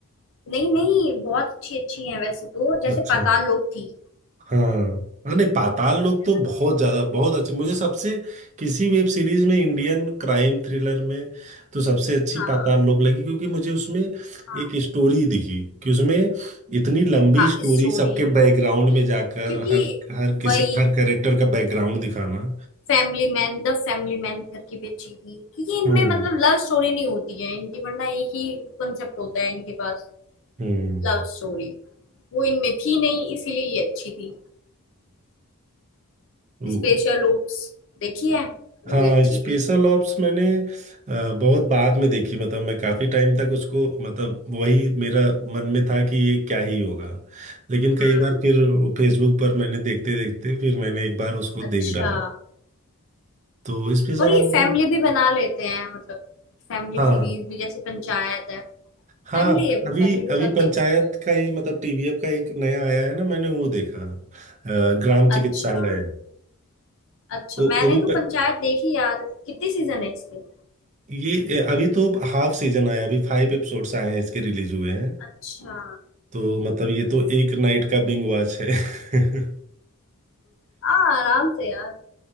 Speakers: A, on the left; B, on the right.
A: नहीं नहीं बहुत अच्छी अच्छी है वैसे तो जैसे
B: अच्छा
A: पाताल लोक थी
B: हाँ हाँ, नहीं पाताल लोक
A: है
B: तो
A: ना
B: बहुत ज्यादा बहुत अच्छी मुझे सबसे किसी वेब सीरीज में इंडियन क्राइम थ्रिलर में तो सबसे अच्छी
A: हाँ
B: पाताल लोक लगी क्योंकि मुझे उसमें
A: हाँ
B: एक स्टोरी दिखी कि उसमें इतनी लंबी
A: हाँ
B: स्टोरी
A: स्टोरी
B: सबके
A: वही
B: बैकग्राउंड में जाकर
A: क्योंकि
B: हर हर किसी
A: वही
B: हर कैरेक्टर का बैकग्राउंड दिखाना
A: Family man the family man करके भी अच्छी थी क्योंकि इनमें
B: हम्म
A: मतलब लव स्टोरी नहीं होती है इनकी वरना एक ही कंसेप्ट होता है इनके पास
B: हम्म
A: लव स्टोरी वो इनमें थी नहीं इसीलिए ये अच्छी थी
B: हम्म
A: स्पेशल ओप्स देखी है वो
B: हाँ
A: भी अच्छी
B: स्पेशल
A: थी
B: ऑप्स मैंने अ, बहुत बाद में देखी मतलब मैं काफ़ी टाइम तक उसको मतलब वही मेरा मन में था कि ये क्या ही होगा लेकिन कई
A: हम्म
B: बार फिर फेसबुक पर मैंने देखते देखते फिर मैंने एक बार उसको
A: अच्छा
B: देख डाला तो स्पेशल
A: और ये
B: ऑप्स
A: फैमिली
B: भी
A: भी बना लेते हैं मतलब फैमिली
B: हाँ
A: सीरीज भी जैसे पंचायत है
B: हाँ
A: फैमिली है वो
B: अभी
A: फैमिली के
B: अभी
A: साथ
B: पंचायत
A: देख सकते हो
B: का ही मतलब टीवीएफ का एक नया आया है ना मैंने वो देखा अ, ग्राम चिकित्सालय
A: अच्छा अच्छा
B: वो
A: मैंने
B: वो भी
A: तो
B: प,
A: पंचायत देखी यार कितने सीजन है इसके
B: ये अभी तो हाफ सीजन आया अभी फाइव एपिसोड्स आए हैं इसके रिलीज हुए हैं
A: अच्छा
B: तो मतलब ये तो एक नाइट का बिंग वॉच है <laughs>
A: आ, आराम से यार